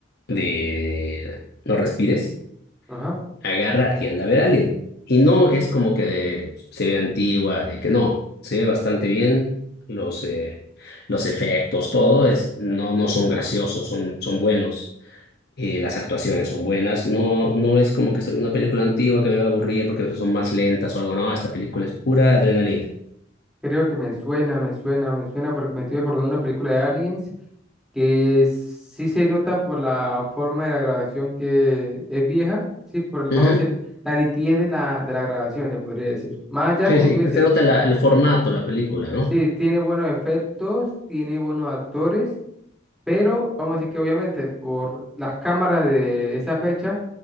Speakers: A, on the left; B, in the centre.
A: de no respires
B: Ajá.
A: agarra y anda a ver a alguien. Y no es como que se ve antigua, de que no, se ve bastante bien los, eh, los efectos, todo es, no, no son graciosos, son, son buenos. Eh, las actuaciones son buenas, no, no es como que soy una película antigua que me va a aburrir porque a veces son más lentas o algo, no, esta película es pura adrenalina.
B: Creo que me suena, me suena, me suena porque me estoy acordando de una película de Aliens que sí se nota por la forma de la grabación que es vieja, sí, por el, vamos
A: Ujú.
B: a decir, la nitidez de la, de la grabación, se podría decir. Más allá,
A: Sí,
B: como
A: sí,
B: tú dices,
A: se nota la- el formato, la película, ¿no?
B: sí, tiene buenos efectos, tiene buenos actores, pero vamos a decir que obviamente por las cámaras de esa fecha